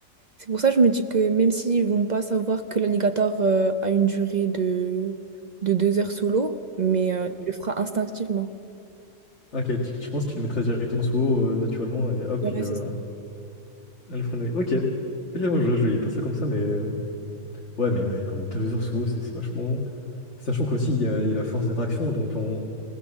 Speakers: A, on the right; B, on the left.
A: C'est pour ça que je me dis que même s'ils vont pas savoir que l'alligator euh, a une durée de... de deux heures sous l'eau, mais euh, il le fera instinctivement.
B: Ah, Ok, tu, tu penses qu'il le mettrait directement sous l'eau euh, naturellement et hop,
A: Ouais,
B: il, euh,
A: c'est
B: le freinerait. Ok. Ok, moi je, je voyais pas ça comme ça, mais euh, ouais, mais ouais, quand même deux heures sous l'eau, c'est c'est vachement. long. Sachant qu'aussi, il y a, il y a la force d'attraction, donc en,